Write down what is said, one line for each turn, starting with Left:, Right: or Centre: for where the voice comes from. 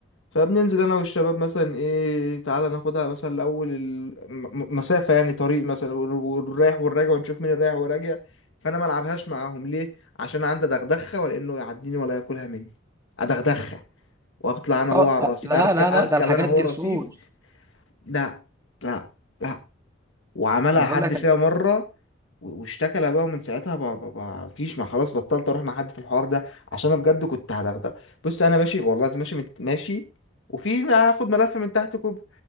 Left: فبننزل أنا والشباب مثلا إيه تعالى ناخدها مثلا لأول المسافة يعني طريق مثلا وال- والرايح والراجع ونشوف مين الرايح والراجع فأنا ما ألعبهاش معاهم ليه؟ عشان عندي دغدغة ولأنه يعديني ولا ياكلها مني أدغدغها وأطلع أنا هو
Right: اه
Left: على
Right: آه،
Left: الرصيف
Right: لا
Left: أركب
Right: لا
Left: أركب
Right: لا ده الحاجات
Left: أنا
Right: دي
Left: هو رصيف
Right: اصول
Left: لا لا لا وعملها
Right: انا بقول
Left: حد
Right: لك
Left: فيها مرة و- واشتكى لابوها من ساعتها ما ما- ما فيش ما خلاص بطلت اروح مع حد في الحوار ده عشان انا بجد
Right: <laughs>
Left: كنت هدغدغ بص انا ماشي والله لازم ماشي مت- ماشي وفي هاخد ملف من تحت كوب